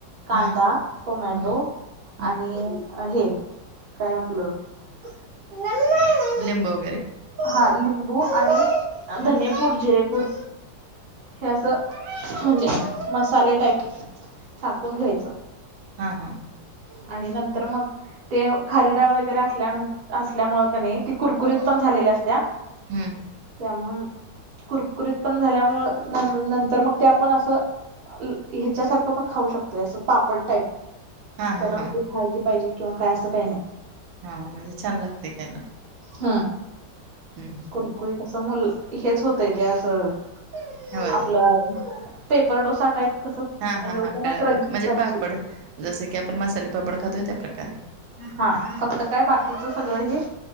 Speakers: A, on the right; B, on the right.
A: कांदा,
B: हा
A: टोमॅ
B: हम्म
A: टो
B: हम्म
A: आणि हे काय आपलं <inaudible>
B: लिंब वगैरे
A: हा लिंबू आणि धनेपूड जिरेपूड हे असं म्हणजे
B: हम्म
A: मसाले टाईप टाकून घ्यायचं.
B: हा हा
A: आणि नंतर मग ते खारी डाळ वगैरे असल्यान असल्यामु क नाही ती कुरकुरीत पण झालेली असत. त्यामु
B: हम्म
A: कुरकुरीत पण झाल्यामु नंतर मग ते आपण असं. ह्याच्यासारखं पण खाऊ शकतोय असं पापड टाईप
B: हा हा
A: त्याला
B: हा
A: कुठली भाजी पाहिजे किंवा काय असं काही नाही.
B: हा म्हणजे छान लागते खायला.
A: हम्म
B: हम्म हम्म
A: कुरकुरीतसं
B: हम्म
A: मुल हेच होतय ते असं.
B: होय
A: आपलं पेपर डोसा टाईप कसं
B: हा हा
A: हे होते
B: हा
A: ना
B: कळालं
A: क्रंची
B: म्हणजे
A: क्रंची
B: पापड जस की आपण मसाले पापड खातोय त्या प्र्रकारे
A: हा फक्त काय बाकीच सगळं हे